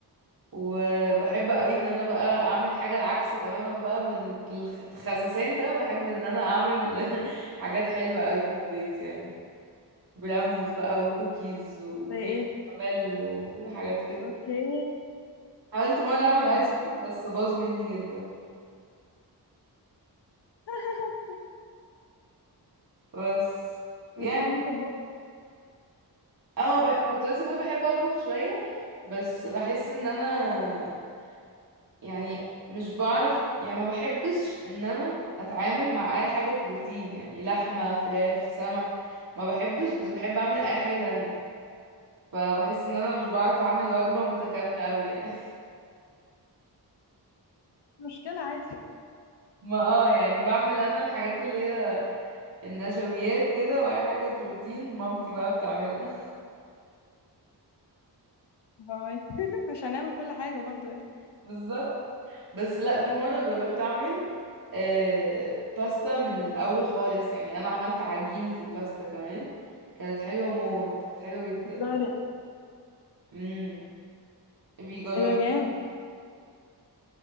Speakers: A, on the right; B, on the left.
A: وبحب قوي ان انا بقى اعمل حاجة العكس تماما بقى من الخ- الخساسين ده بحب ان انا اعمل <laughs> حاجات حلوة قوي في البيت يعني براونيز بقى وكوكيز وكريم
B: زي ايه
A: كراميل وحاجات كده
B: اوكي
A: حاولت مرة
B: بالظبط
A: اعمل
B: يعني
A: ايس كريم بس باظ مني جدا
B: <laughs>
A: بس يعني
B: بتحبي تطبخي
A: اه بح... كنت لسه بقول بحب اطبخ شوية بس بحس ان انا يعني مش بعرف يعني ما بحبش ان انا اتعامل مع اي حاجة بروتين يعني لحمة فراخ سمك ما بحبش بس بحب اعمل اي حاجة تانية فبحس ان انا مش بعرف اعمل وجبة متكاملة قوي يعني
B: مش مشكلة عادي
A: <laughs> ما اه يعني بعمل انا الحاجات اللي هي النشويات كده واي حاجة بروتين مامتي بقى بتعملها
B: فاهمك <laughs> مش هنعمل كل حاجة برضو يعني
A: <laughs> بالظبط بس لا في مرة جربت اعمل آه باستا من الاول خالص يعني انا عملت عجينة الباستا كمان كانت حلوة موت كانت حلوة جدا
B: بتهزري
A: مم. بيجربي
B: ايه ده جامد